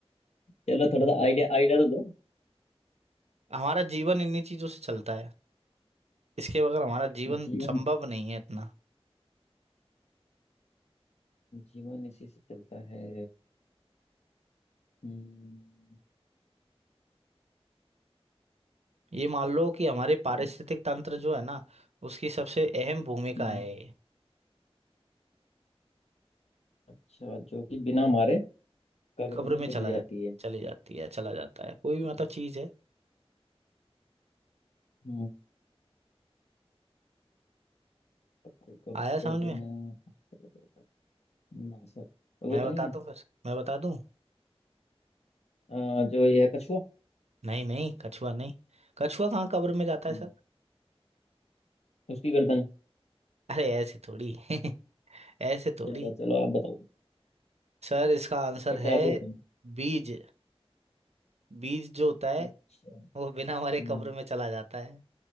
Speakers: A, on the left (about 90°); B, on the right (about 85°).
A: चलो थोड़ा सा आइडिया आइडिया तो दो
B: हमारा जीवन इन्हीं चीजों से चलता है इसके बगैर हमारा जीवन
A: जीवन
B: संभव नहीं है इतना
A: जीवन इसी से चलता है हम्म,
B: ये मान लो कि हमारे पारिस्थितिक
A: ऐस-
B: तंत्र जो है ना उसकी सबसे अहम भूमिका
A: हम्म,
B: है ये
A: अच्छा जो कि बिना मारे कब्र
B: कब्र
A: में
B: में
A: चली
B: चला
A: जाती
B: जा
A: है
B: चली जाती है चला जाता है कोई भी मतलब चीज है
A: हम्म, कब्र कब्र
B: आया
A: कब्र
B: समझ में
A: में कहाँ चले जाता है? ना सर वो
B: मैं
A: तो
B: बता
A: नहीं है
B: दूं फिर मैं बता दूं
A: अ, जो ये है कछुआ
B: नहीं नहीं कछुआ नहीं कछुआ कहाँ कब्र में जाता है
A: हम्म,
B: सर
A: उसकी गर्दन
B: अरे ऐसे थोड़ी <laughs> ऐसे थोड़ी
A: चलो चलो आप बताओ
B: सर इसका आंसर
A: फिर
B: है
A: तो आप ही बताओ
B: बीज बीज जो होता है
A: अच्छा
B: वो बिना
A: हम्म
B: मरे कब्र में चला जाता है